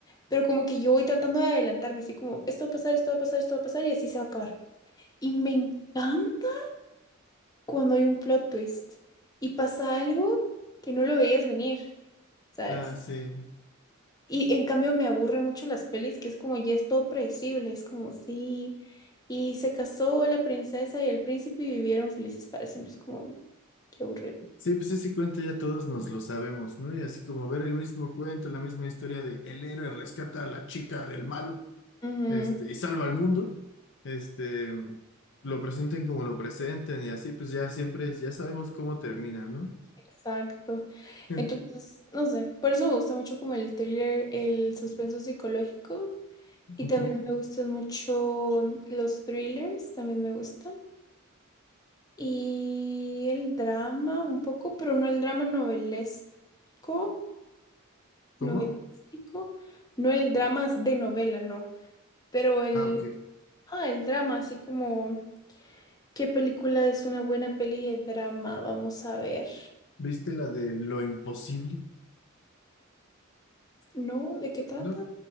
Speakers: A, on the left (about 20°); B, on the left (about 60°).
A: pero como que yo voy tratando de adelantarme, así como esto va a pasar, esto va a pasar, esto va a pasar y así se va a acabar. Y me encanta cuando hay un plot twist y pasa algo que no lo veías venir, ¿sabes?
B: ah, sí.
A: Y en cambio me aburre mucho las pelis que es como ya es todo predecible, es como sí, y se casó la princesa y el príncipe y vivieron felices para siempre, es como, qué aburrido.
B: Sí, pues ese cuento ya todos nos lo sabemos, ¿no? Y así como ver el mismo cuento, la misma historia de el héroe rescata a la chica del malo.
A: Ujú,
B: este, y salva al mundo, este, lo presenten como lo presenten y así, pues ya siempre, ya sabemos cómo termina, ¿no?
A: exacto.
B: Ent-
A: Entonces, no sé, por eso me gusta mucho como el thriller, el suspenso psicológico y
B: Ujú.
A: también me gustan mucho los thrillers, también me gustan. Y el drama un poco, pero no el drama novelesco.
B: ¿Cómo?
A: novelístico, no el drama de novela, no, pero el,
B: Ah, ok.
A: ah, el drama, así como, ¿qué película es una buena peli de drama? Vamos a ver.
B: ¿Viste la de lo imposible?
A: ¿No? ¿De qué trata?
B: ¿No?